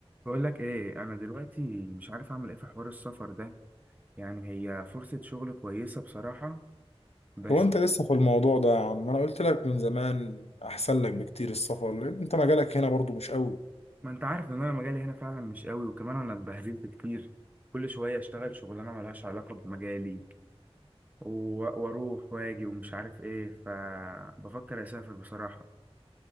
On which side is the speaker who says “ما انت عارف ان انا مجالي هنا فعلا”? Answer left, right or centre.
Right